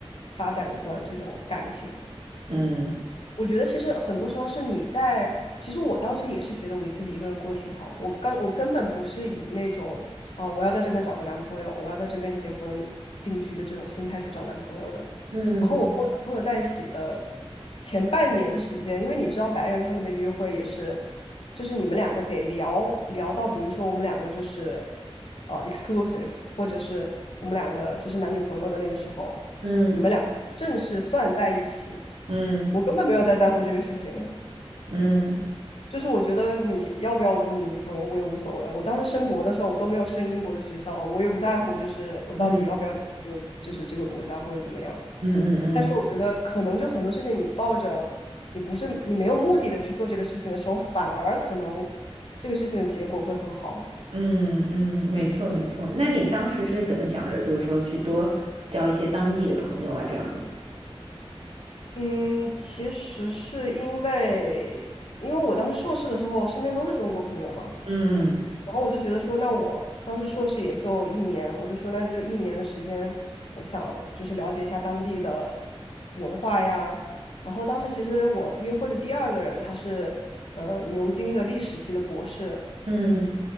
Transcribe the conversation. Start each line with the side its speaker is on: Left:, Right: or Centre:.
Left: 发展一段这种感情的。
Right: 嗯
Left: 我觉得其实很多时候是你在，其实我当时也是觉得我自己一个人过挺好，我刚我根本不是以那种啊、我要在这边找个男朋友，我要在这边结婚定居的这种心态去找男朋友的。
Right: 嗯
Left: 然后我跟我男朋友在一起的前半年的时间，因为你知道白人他们的约会也是，就是你们两个得聊聊到，比如说我们两个就是呃 exclusive，或者是我们两个就是男女朋友的那个时候。
Right: 嗯
Left: 你们俩正式算在一起，
Right: 嗯
Left: 我根本没有在在乎这个事情。
Right: 嗯
Left: 就是我觉得你要不要我做你女朋友，我也无所谓。我当时申博的时候，我都没有申英国的学校，我也不在乎，就是我到底要不要这个，
Right: 嗯嗯
Left: 就是这个国家或者怎么样。
Right: 嗯嗯嗯
Left: 但是我觉得，可能就很多事情，你抱着你不是你没有目的的去做这个事情的时候，反而可能这个事情的结果会很好。
Right: 嗯嗯，没错没错。那你当时是怎么想着，就是说去多交一些当地的朋友啊这样的？
Left: 嗯，其实是因为，因为我当时硕士的时候，身边都是中国朋友嘛，
Right: 嗯
Left: 然后我就觉得说，那我当时硕士也就一年，我就说那就一年的时间，我想就是了解一下当地的文化呀。然后当时其实我约会的第二个人，他是呃牛津的历史系的博士，
Right: 嗯